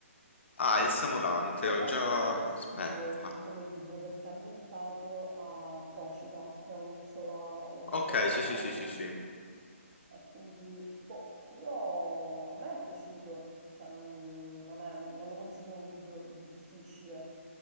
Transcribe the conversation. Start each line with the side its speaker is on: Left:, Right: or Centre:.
Left: Ah, il Samurante,
Right: Ed
Left: ho
Right: è anche
Left: già...
Right: molto estivo
Left: Aspetta.
Right: come libro perché è ambientato a Procida, che è un'isola di
Left: Ok,
Right: fronte
Left: sì,
Right: a Napoli.
Left: sì, sì, sì, sì.
Right: E quindi, boh, io, a me è piaciuto, cioè non, non è un- non lo considero un libro difficile.